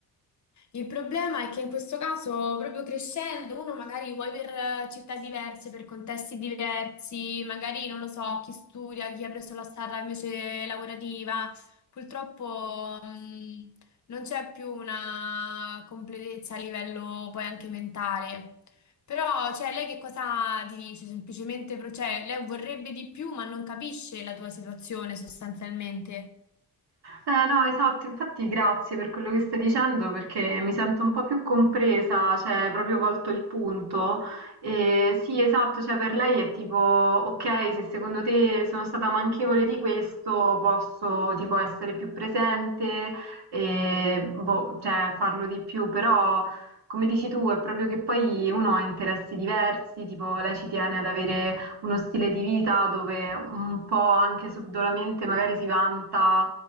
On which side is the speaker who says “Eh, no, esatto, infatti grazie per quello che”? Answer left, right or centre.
Right